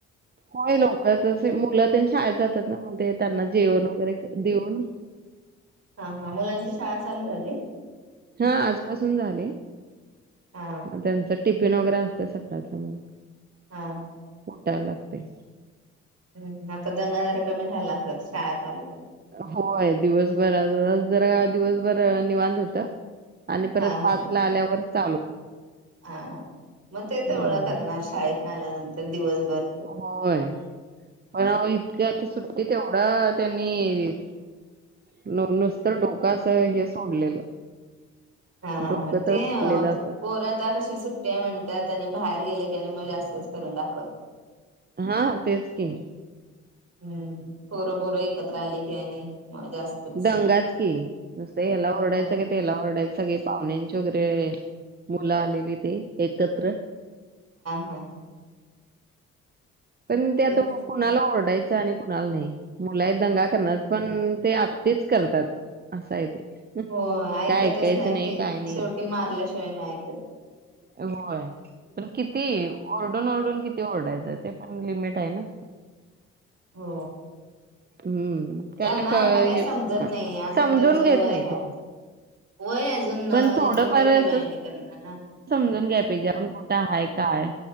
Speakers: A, on the right; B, on the right.
A: होय लवकरचं, मुलं ते शाळेत जातात ना, म ते त्यांना जेवण वगैरे देऊन
B: हा हा मुलांची शाळा चालू झाली
A: हा आजपासून झाले
B: हा
A: मग त्यांच टिपीन न वगैरे असते सकाळं मग
B: हा
A: त्या लागते
B: हम्म आता दंगा जरा कमी झाला अस शाळा चालू झाली
A: होय दिवस बरं जरा दिवस बर निवांत होता आणि परत
B: हा
A: पाच
B: हा
A: ला आल्यावर चालू
B: हा ह मग ते
A: हम्म.
B: तेवढं करणार शाळेत आल्यानंतर दिवस
A: होय पण इतक्या आता सुट्टी ते तेवढं त्यांनी न नुसत डोका अस हे सोडलेलं
B: हा, हा,
A: डोकं
B: हा
A: तर
B: ते
A: उठलेलं असं
B: पोरात कसे सुट्ट्या म्हणतात आणि बाहेर गेले त्याने म जास्तच करून दाखवत
A: हा तेच की
B: हम्म पोरं, पोरं एकत्र आले की आणि मग जास्तच
A: दंगाच की नुसतं याला ओरडायचं
B: हा
A: क तेला ओरडायचं सगळे पाहुण्यांची वगैरे मुलं आलेली ते एकत्र
B: हा
A: पण त्यात
B: तेच
A: कोणाला ओरडायच आणि कुणाला नाही मुला आहेत दंगा करणार पण ते आत्तीच करतात असा आहे ते
B: हो ऐकतच
A: काय ऐकायचं
B: नाही त
A: काय नाही
B: शेवटी मारल्याशिवाय मी ऐक
A: होय पण किती ओरडून ओरडून किती ओरडायचं ते पण लिमिट आहे ना
B: हो
A: हम्म
B: त्यांना
A: क
B: आता काही
A: हेच
B: समजत नाही अजून
A: समजून
B: त्यांचं
A: घेत
B: वय
A: नाही
B: आहे
A: तो
B: वय अजून
A: पण थोडंफार
B: तेवढं हेवा
A: असं
B: आहे आणि त्यांना ना
A: समजून घ्या पाहिजे कुठं आहे काय